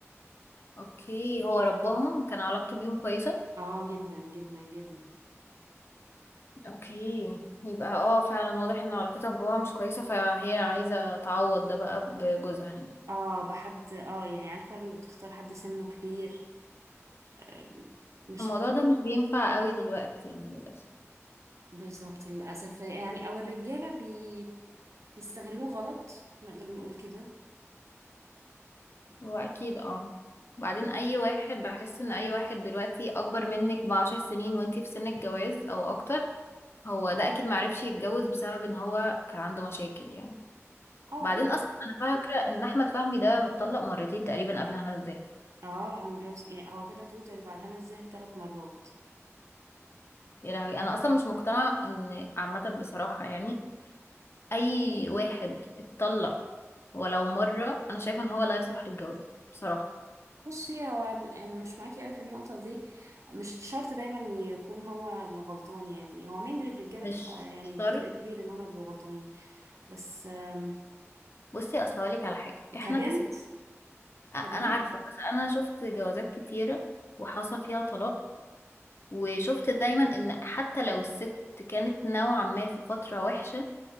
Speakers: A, on the left; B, on the right.
A: اوكي هو رباهم كان علاقته بيهم كويسة
B: اه جدا جدا جدا
A: اوكي يبقى اه فعلا واضح ان علاقتها بباباها مش كويسة فهي عايزة تعوض ده بقى بجوزها يعني
B: اه بحد اه يعني عارفه اللي بتختار حد سنه كبير آه، مش
A: الموضوع
B: عارفة
A: ده مش بينفع قوي دلوقتي يعني للأسف
B: بالظبط للاسف يعني او الرجاله بي... بيستغلوه غلط نقدر نقول كده
A: هو اكيد اه بعدين اي واحد بحس ان اي واحد دلوقتي اكبر منك بعشر سنين وانتي في سن الجواز او اكتر هو ده اكيد معرفش يتجوز بسبب ان هو كان عنده مشاكل يعني
B: اه
A: بعدين
B: في
A: اصلا انا فاكره ان احمد فهمي ده متطلق مرتين تقريبا قبل هنا ازاي
B: اه من جوز يعني هو كده توتال بعد هنا الزاهد ثلاث مرات
A: يا لهوي انا اصلا مش مقتنعه ان عامه بصراحه يعني اي واحد اتطلق ولو مره انا شايفه ان هو لا يصلح للجواز بصراحه
B: بصي هو ال- يعني مش معاكي قوي في النقطة دي مش شرط دايما يكون هو اللي غلطان يعني هو مين للرجالة
A: مش
B: بتبقى يعني
A: شرط
B: بجزء كبير ان هما بيبقوا غلطانين بس آم،
A: بصي اصل هقولك على حاجه احنا
B: كبنت
A: كست
B: كبنت
A: انا عارفه بس انا شفت جوازات كتيره وحصل فيها طلاق وشفت دايما ان حتى لو الست كانت نوعا ما في فتره وحشه